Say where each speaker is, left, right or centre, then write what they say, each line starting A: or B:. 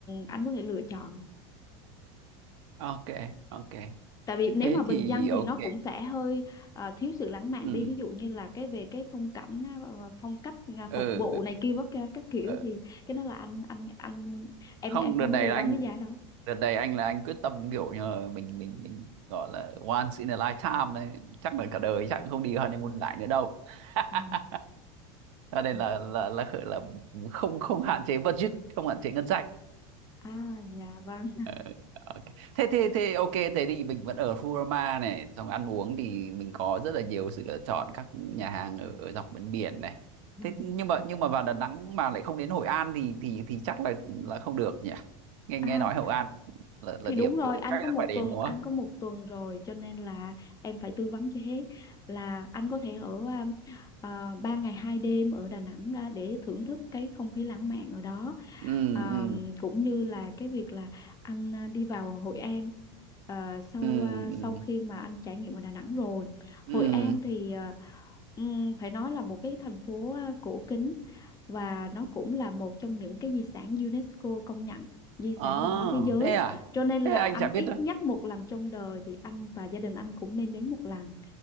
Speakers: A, on the left; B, on the right.
A: anh có thể lựa chọn
B: ok ok
A: tại vì nếu
B: thế
A: mà bình
B: thì
A: dân thì
B: ok
A: nó cũng sẽ hơi ờ, thiếu sự lãng mạn
B: ừ
A: đi ví dụ như là cái về cái phong cảnh á, ờ, ờ, phong cách à,
B: ừ
A: phục vụ này kia các các kiểu
B: ờ,
A: thì cái đó là anh anh anh em
B: không
A: em không
B: đợt này
A: có tư
B: là
A: vấn
B: anh
A: cái giá đó
B: đợt này anh là anh quyết tâm kiểu như là mình mình mình gọi là once in a lifetime đấy chắc là cả đời chắc cũng không đi honeymoon lại nữa đâu <laughs>
A: À,
B: cho nên
A: ừ,
B: là là là là không không hạn chế budget không hạn chế ngân sách
A: à dạ vâng
B: Ờ, ok. thế thế thế ok thế thì mình vẫn ở Furama này xong ăn uống thì mình có rất là nhiều sự lựa chọn các nhà hàng ở, ở dọc bên biển này
A: ừ.
B: thế nhưng mà nhưng mà vào Đà Nẵng mà lại không đến Hội An thì thì thì chắc là là không được nhỉ nghe nghe
A: à
B: nói Hội An là là
A: thì
B: điểm
A: đúng rồi
B: kiểu
A: anh
B: chắc
A: có
B: là
A: một
B: phải đến
A: tuần
B: đúng
A: anh
B: không
A: có một tuần rồi cho nên là em phải tư vấn cho hết là anh có thể ở à, à, ba ngày hai đêm ở Đà Nẵng à, để thưởng thức cái không khí lãng mạn ở đó
B: ừ
A: À,
B: ừ
A: cũng như là cái việc là anh à, đi vào Hội An à, sau
B: ừ
A: à,
B: ừ
A: sau khi mà anh trải nghiệm ở Đà Nẵng rồi Hội
B: ừ
A: An thì à, ừm, phải nói là một cái thành phố à, cổ kính và nó cũng là một trong những cái di sản UNESCO công nhận di
B: ờ
A: sản văn hóa thế giới
B: thế à
A: cho nên là
B: thế anh
A: anh
B: chả biết
A: ít
B: đâu
A: nhất một lần trong đời thì anh và gia đình anh cũng nên đến một lần